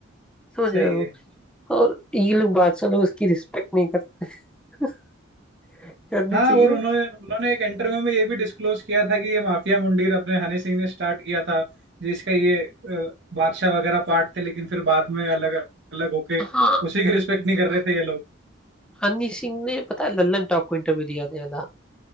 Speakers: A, in the centre; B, on the right.
A: समझ
B: सही
A: रहे हो
B: है
A: और ये लोग बादशाह लोग उसकी रिस्पेक्ट नहीं करते <laughs> करनी
B: हाँ
A: चाहिए
B: और उन्होंने उन्होंने एक इंटरव्यू में ये भी डिस्क्लोज किया था कि ये माफिया मुंडीर अपने हनी सिंह ने स्टार्ट किया था जिसका ये अ, बादशाह वगैरह पार्ट थे लेकिन फिर बाद में अलग अलग होके
A: हाँ
B: उसी की रिस्पेक्ट नहीं कर रहे थे ये लोग
A: हनी सिंह ने पता है लल्लन टॉप को इंटरव्यू दिया था